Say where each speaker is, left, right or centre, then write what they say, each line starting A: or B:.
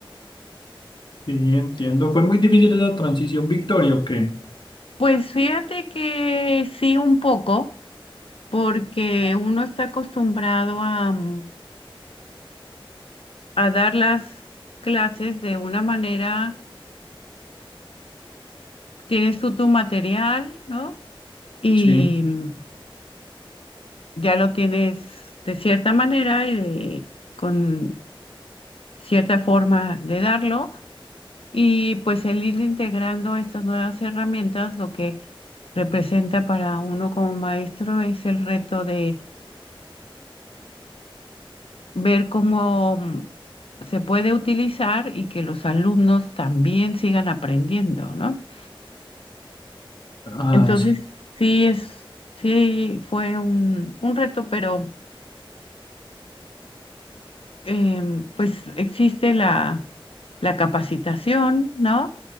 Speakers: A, on the left; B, on the left.
A: sí, entiendo. ¿Fue muy difícil esa transición Victoria o qué?
B: Pues fíjate que sí un poco, porque uno está acostumbrado a, mm, a dar las clases de una manera, tienes tú tu material, ¿no? Y
A: Sí,
B: mm, ya lo tienes de cierta manera y de- con cierta forma de darlo. Y pues el ir integrando estas nuevas herramientas, lo que representa para uno como maestro es el reto de ver cómo mm, se puede utilizar y que los alumnos también sigan aprendiendo, ¿no?
A: ah,
B: Entonces,
A: sí,
B: sí es, sí fue un, un reto, pero em, pues existe la, la capacitación, ¿no?